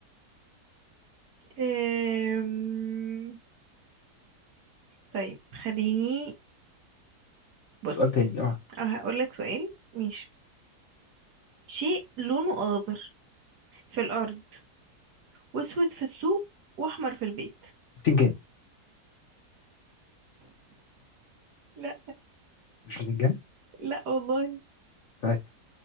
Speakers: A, on the right (about 80°); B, on the left (about 55°).
A: <laughs> أم، طيب خليني بص
B: سؤال تاني اه
A: أه، هقول لك سؤال ماشي شيء لونه اخضر في الارض واسود في السوق واحمر في البيت
B: بتنجان
A: لا
B: مش بتنجان
A: لا والله
B: طيب